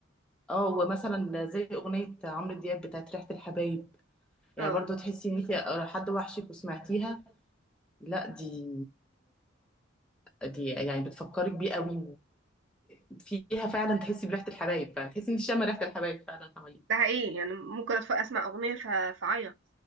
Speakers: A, in the centre; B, on the right.
A: اه ومثلا زي اغنيه عمرو دياب بتاعت ريحه الحبايب يعني
B: اه
A: برضو تحسي ان انت حد وحشك وسمعتيها لا دي دي يعني بتفكرك بيه قوي وفيها فعلا تحسي بريحة الحبايب فعلا تحسي ان انت شامة ريحة الحبايب فعلا حواليك
B: ده حقيقي يعني ممكن أتف... اسمع اغنيه ف... فاعيط